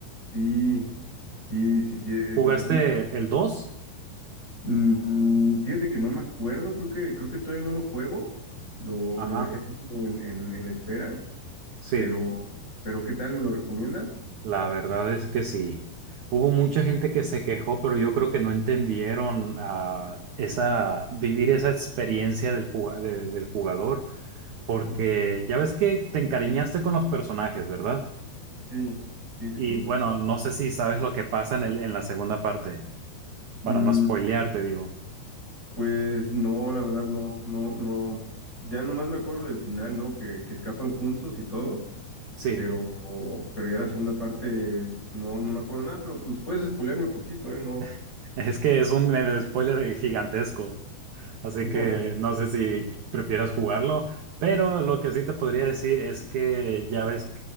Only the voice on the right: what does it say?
¿Jugaste
el 2,
Ajá.
Sí,
la verdad es que sí. Hubo mucha gente que se quejó, pero yo creo que no entendieron ah, esa, vivir esa experiencia del, juga- de- del jugador, porque
ya ves que te encariñaste con los personajes, ¿verdad?
Y
bueno, no sé si sabes lo que pasa en el, en la segunda parte.
para no spoilearte, digo.
Sí,
<laughs> es que es un eh, spoiler gigantesco, así
que no sé si prefieras jugarlo, pero lo que sí te podría decir es que ya ves,